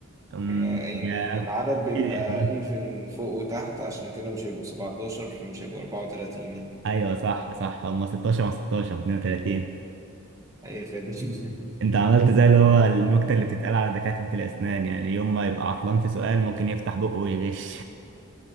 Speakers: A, on the right; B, on the right.
A: أم،
B: يعني
A: جاب
B: يعني العدد بيبقى
A: إيه ده؟
B: ايفن فوق وتحت عشان كده مش هيبقوا 17 فمش هيبقوا 34 يعني
A: ايوه صح صح هم 16 مع 16 32
B: اي خدمه <laughs>
A: انت عملت زي اللي هو النكته اللي بتتقال على دكاتره الاسنان يعني يوم ما يبقى عطلان في سؤال ممكن يفتح بقه ويغش